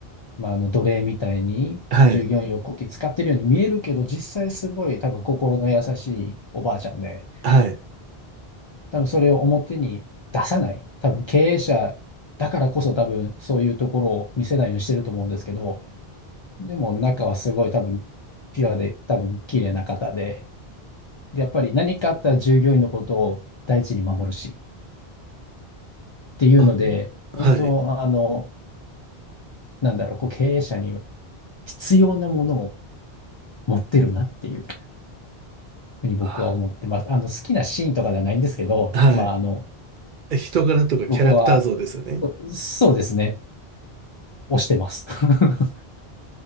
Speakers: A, on the left; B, on the right.
A: う、まあ、あの、奴隷みたいに従業員をこき使ってるように見えるけど、
B: はい、
A: 実際すごい多分心の優しいおばあちゃんで、
B: はい。
A: 多分それを表に出さない。多分経営者だからこそ多分そういうところを見せないようにしてると思うんですけど、でも中はすごい多分ピュアで多分綺麗な方で、で、やっぱり何かあったら従業員のことを第一に守るしっていうので、
B: あ、
A: 本当、
B: はい。
A: あの、なんだろう、こう経営者に必要なものを持ってるなっていうふうに僕は思ってます。
B: あ、
A: あの、好きなシーンとかではないんですけど、
B: はい。
A: まあ、あの、
B: 人柄とかキャラクター像ですよね。
A: 僕は、そうですね、推してます。<laughs>